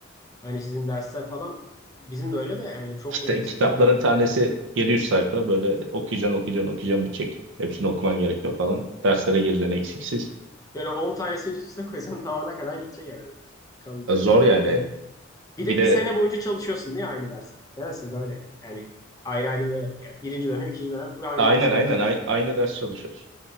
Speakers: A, on the left (about 20°); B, on the right (about 65°).
A: Hani sizin dersler falan bizim de öyle de yani çok
B: Kita-
A: yani
B: kitapların
A: sizde bir
B: tanesi 700 sayfa böyle okuyacaksın okuyacaksın okuyacaksın bitecek. Hepsini okuman gerekiyor falan. Derslere gireceksin eksiksiz.
A: böyle 10 tanesini üst üste koysan tavana kadar gidecek herhalde. Yani kalınlıkta
B: E, Zor
A: say-
B: yani.
A: yani. Bir
B: Bir
A: de
B: de
A: bir sene boyunca çalışıyorsun değil mi aynı derse? Değil mi sizde öyle? Yani ayrı ayrı da yok yani. Birinci dönem, ikinci dönem full aynı
B: aynen
A: dersi
B: aynen
A: alıyorsunuz.
B: ay- aynı ders çalışıyoruz.